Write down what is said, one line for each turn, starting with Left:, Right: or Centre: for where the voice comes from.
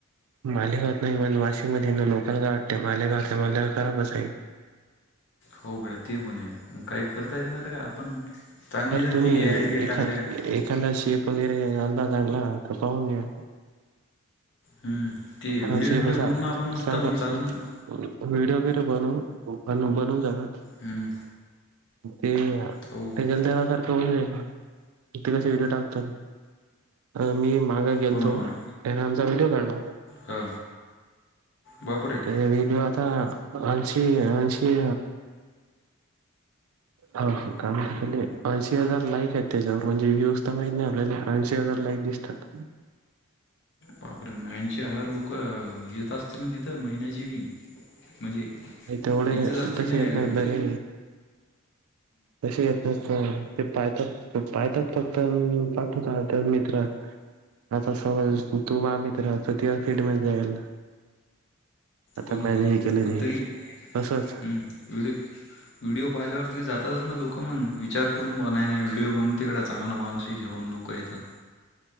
Right: मालेगावात नाही पण वाशम मध्ये लोकल गाव वाटतें मालेगावात आहे मल्या खराबच आहे
Left: हो गं ते पण आहे मग काही करता येत ना तर का आपण चांगली जर
Right: तुम्ही
Left: केली ऍड गेट
Right: एखाद
Left: टाकल्या
Right: एखादा शेप वगैरे पाहून घेऊया!
Left: हम् ते
Right: एखादा
Left: व्हिडीओ
Right: शेप
Left: बीडिओ
Right: असा
Left: बनवून आपण मस्त
Right: चांगला
Left: मग चालेल ना.
Right: व्हिडिओ वगैरे बवून बनवून झाल्यावर
Left: हम्म,
Right: ते त्याच्याला
Left: हो
Right: त्याना सारखं होऊन जाईल ते कस व्हिडिओ टाकतात. आम्ही माग गेलतो
Left: हो ना हो ना
Right: त्याने आमचा व्हिडिओ काढला.
Left: हा बापर!
Right: ते व्हिडिओ आता ऐंशी ऐंशी हा ह काम ते झाले? ऐंशी हजार लाईक आहेत त्याच्यावर म्हणजे व्ह्यूज तर माहत नाही आपल्याला ऐंशी हजार लाईक दिसतात.
Left: बापरे मग ऐंशी हजार लोक येत अस तील तिथ महिन्याची बी म्हणजे
Right: तेवढे
Left: येतच असतील
Right: तसे
Left: नाय
Right: येत
Left: काय?
Right: नाहीत बरे तसे येत नाय ते पाहतात. पाहतात फक्त आणि पाठवतात मित्रा आता समज तु माझा मित्र राहतो तर तुझ्या फीडमध्ये मध्ये जायला. आता
Left: हो ना
Right: म
Left: हो ना
Right: हे केलं
Left: पण
Right: ते
Left: तरी
Right: असंच.
Left: हम्म व्हिडिओ व्हिडिओ पाहिल्यावर तरी जातच ना लोक मग विचार करून बाबा नाही व्हिडिओ बनून तिकड चांगला माणूस आहे जेव लोक क येतात.